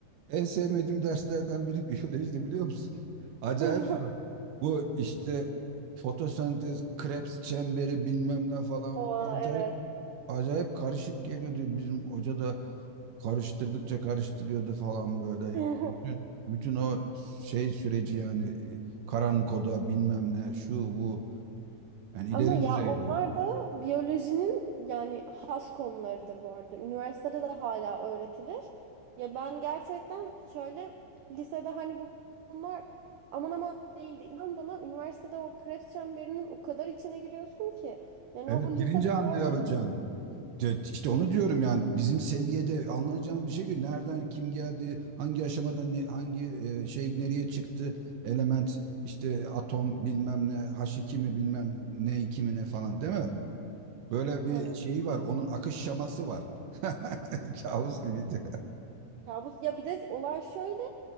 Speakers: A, on the right; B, on the right.
A: En sevmediğim derslerden biri <laughs> biyolojide biliyor musun? <laughs> Acayip
B: <laughs>
A: zor. Bu işte fotosentez, Krebs çemberi bilmem ne falan
B: Oo
A: acayip
B: evet.
A: acayip karışık geliyordu. Bizim hoca da karıştırdıkça karıştırıyordu falan böyle.
B: <laughs>
A: Bütün, bütün o şey süreci yani e, karanlık oda bilmem ne şu bu yani
B: Ama
A: ileri
B: ya
A: düzeyde.
B: onlar da biyolojinin yani has konularıdır bu arada. Üniversitede de hala öğretilir. Ya ben gerçekten şöyle lisede hani bu- bunlar aman aman değildi. İnan bana üniversitede o Krebs çemberinin o kadar içine giriyorsun ki. Yani
A: Evet
B: o lisede
A: girince anlayabileceğin.
B: zor dediğin
A: De- İşte onu diyorum yani bizim seviyede alınacağın bir şey ki nereden kim geldi hangi aşamadan ne- hangi e, şey nereye çıktı element işte atom bilmem ne H2 mi bilmem ne 2 mi ne falan değil mi? Böyle bir
B: evet.
A: şey var onun akış şaması var. <laughs> Kabus gibiydi.
B: Ya bu ya bir de olay şöyle